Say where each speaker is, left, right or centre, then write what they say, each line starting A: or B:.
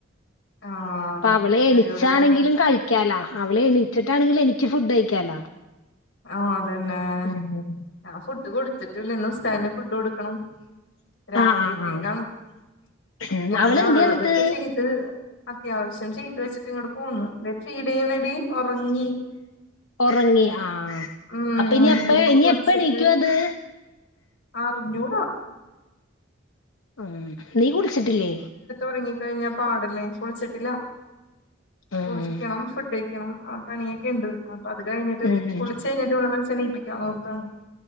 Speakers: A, on the left (about 70°); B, on the left (about 85°).
A: ആ
B: അപ്പൊ അവളെ എണീച്ചാണെങ്കിലും
A: അടിപൊളി പണി
B: കഴിക്കാലാ അവളെ എണീറ്റിട്ടാണെങ്കിലും എനിക്ക് ഫുഡ് കഴിക്കാലാ
A: ഓ അതെന്നെ
B: ഉം
A: ഞാം ഫുഡ് കൊടുത്തിട്ടില്ല ഇന്ന് ഉസ്താന് ഫുഡ് കൊടു ക്കണം രാത്രിത്തേക്കാണ്
B: ആഹ് ആഹ് ആഹ്
A: അപ്പൊ
B: ഉം
A: ഞാന
B: അവളെന്തേ
A: ഉള്ളതൊക്കെ
B: എന്നിട്ട്
A: ചെയ്ത് അത്യാവശ്യം ചെയ്ത് വെച്ചിട്ട് ഇങ്ങട് പോന്നു തിനെ ഫീഡെയ്യണോടി ഒറങ്ങി
B: ഒറങ്ങി ആ
A: ഉം
B: അപ്പൊ ഇനി എപ്പെ
A: ഇപ്പൊ
B: ഇനി
A: കുളിച്ചിട്ട്
B: എപ്പെണിക്കും അത്
A: അറിഞ്ഞൂടാ
B: ഉം നീ കുളിച്ചിട്ടില്ലേ?
A: ഒറങ്ങി കഴിഞ്ഞാ പാടല്ലേ കുളിച്ചിട്ടില്ലാ
B: ഉം
A: കുളിക്കണം ഫുഡ്യ്ക്കണം ആ പണിയൊക്കെണ്ട് അപ്പൊ അത് കഴിഞ്ഞിട്ട്
B: ഉം
A: കുളിച്ചേയ്ഞ്ഞിട്ട് ഓളെ വിള്ച്ചെണീപ്പിക്കാം നോർത്താണ്